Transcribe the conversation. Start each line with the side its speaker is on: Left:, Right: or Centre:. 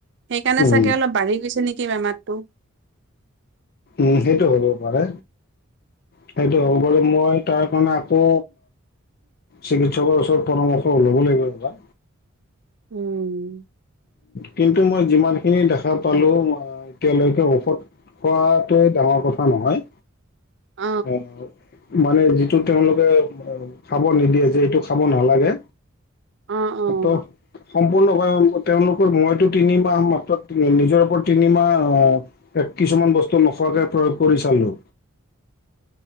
Right: সেইকাৰণে
Left: উম
Right: চাগে অলপ বাঢ়ি গৈছে নেি মমো
Left: উম সেইটো হ'বও পাৰে সেইটো হ'ব প মই তাৰ কাৰণে আকৌ চিকিৎসকৰ পৰামৰ্শ ওলব লাগিব
Right: উম
Left: কিন্তু মই যিমান খিনি দেখা পালো এতিয়ালৈকে ঔষধ খোৱাটোৱে ডাঙৰ কথা নহয়
Right: অ',
Left: এ মানে যিটো তেওঁলোকে খাব নিদিয়ে যে এইটো খাব নালাগে
Right: অ', অ',
Left: এটো সম্পূৰ্ণ হয় তেওঁলোকৰ মইতো তিনিমাহ মাত্ৰ নিজৰ ওপৰত তিনিমাহ এ কিছুমান বস্তু নোখোৱাকে প্ৰয়োগ কৰি চালো।
Right: <unintelligible>